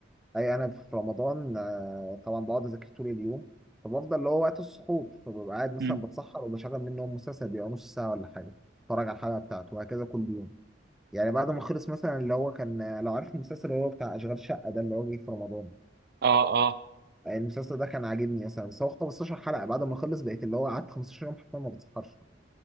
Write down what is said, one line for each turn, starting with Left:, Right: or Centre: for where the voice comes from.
Centre: اي انا في رمضان آه، طبعا بقعد اذاكر طول اليوم فبفضل اللي هو وقت السحور فببقى قاعد مثلا
Right: مم.
Centre: بتسحر وبشغل منهم مسلسل بيبقى نص ساعة ولا حاجة اتفرج على الحلقة بتاعته وهكذا كل يوم يعني بعد ما خلص مثلا اللي هو كان آه، لو عارف المسلسل اللي هو بتاع اشغال شقة ده اللي هو جه في رمضان
Right: اه اه
Centre: آه، المسلسل ده كان عاجبني مثلا بس هو 15 حلقة بعد ما خلص بقيت اللي هو قعدت 15 يوم حرفيا ما بتسحرش